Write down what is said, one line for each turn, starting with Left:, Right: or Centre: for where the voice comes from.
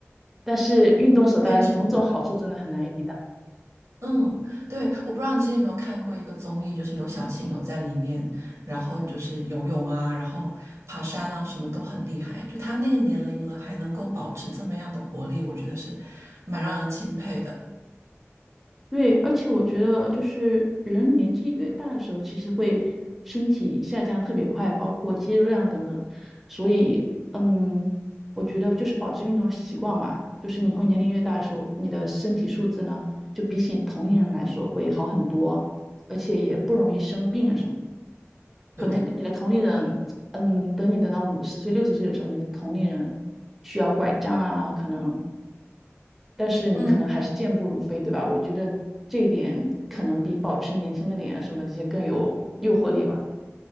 Centre: 但是运动所带来的种种好处真的很难以抵挡。
Right: 坚持对，嗯，对，我不知道你之前有没有看过一个综艺，就是刘晓庆有在里面，然后就是游泳啊，然后爬山啊，什么都很厉害。就她那个年龄了，还能够保持这么样的活力，我觉得是蛮让人钦佩的。
Centre: 对，而且我觉得就是人年纪越大的时候，其实会身体下降特别快，包括肌肉量等等。所以，嗯，我觉得就是保持运动的习惯吧，就是你会年龄越大的时候，你的身体素质呢，就比起同龄人来说会好很多，而且也不容易生病啊什么的
Right: 嗯，对的，
Centre: 可能你的同龄人，嗯，等你等到五十岁、六十岁的时候，你的同龄人需要拐杖啊，可能，但是你可能还是健步如飞，
Right: 嗯，
Centre: 对吧？我觉得这一点可能比保持年轻的脸啊什么这些更有诱惑力吧。